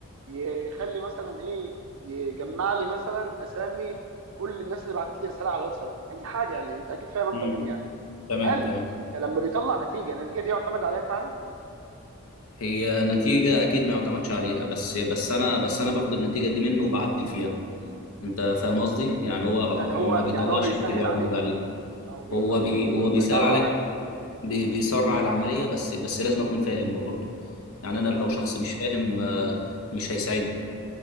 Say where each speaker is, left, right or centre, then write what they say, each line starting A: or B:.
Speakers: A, on the right; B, on the left.
A: يخلي مثلا ايه يجمع لي مثلا اسامي كل الناس اللي بعتت لي رساله على الواتساب اي حاجه يعني انت اكيد فاهم اكتر
B: مم.
A: مني يعني
B: تمام
A: هل
B: تمام
A: انت لما بيطلع نتيجه النتيجه دي يعتمد عليها فعلا
B: هي نتيجة اكيد ما يعتمدش عليها بس بس انا بس انا باخد النتيجة دي منه وبعدل فيها انت فاهم قصدي يعني هو
A: يعني هو
B: ما بيطلعش
A: يعني هو بيسهل
B: نتيجة يعتمد
A: عليك
B: عليها
A: او بي
B: هو
A: او
B: بي
A: بي
B: هو
A: او
B: بيسهل
A: بيسرع
B: عليك
A: ال-
B: بي بيسرع العملية بس بس لازم اكون فاهم برضه يعني انا
A: مم.
B: لو شخص مش فاهم آه، مش هيساعدني